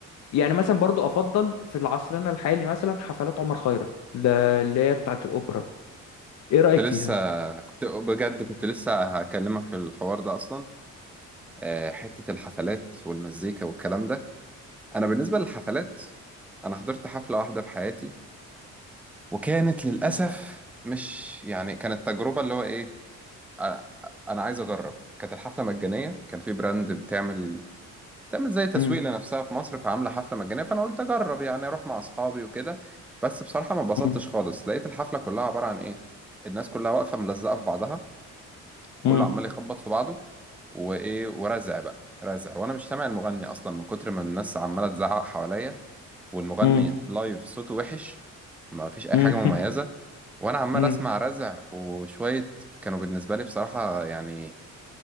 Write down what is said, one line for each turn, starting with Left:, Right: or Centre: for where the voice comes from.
Left: يعني مثلا برضو أفضل في العصر الحالي مثلا حفلات عمر خيرت ل- اللي هي بتاعت الأوبرا ايه رأيك
Centre: كنت
Left: فيها
Centre: لسه كنت بجد كنت لسه هكلمك في الحوار ده اصلا آه، حتة الحفلات والمزيكا والكلام ده أنا بالنسبة للحفلات أنا حضرت حفلة واحدة في حياتي وكانت للأسف
Left: مم.
Centre: مش يعني كانت تجربة اللي هو إيه أنا أنا عايز أجرب كانت الحفلة مجانية كان في براند بتعمل بتعمل زي تسويق
Left: مم.
Centre: لنفسها في مصر فعاملة حفلة مجانية فأنا قلت أجرب يعني أروح مع أصحابي وكده بس بصراحة ما اتبسطتش
Left: مم.
Centre: خالص لقيت الحفلة كلها عبارة عن إيه الناس كلها واقفة ملزقة في بعضها كله
Left: مم.
Centre: عمال يخبط في بعضه وايه ورزع بقى رزع وانا مش سامع المغني اصلا من كتر ما الناس عماله تزعق حواليا والمغني
Left: مم.
Centre: لايف صوته وحش ما فيش اي
Left: مم.
Centre: حاجه مميزه وانا عمال
Left: مم.
Centre: اسمع
Left: <laughs>
Centre: رزع وشويه كانوا بالنسبه لي بصراحه يعني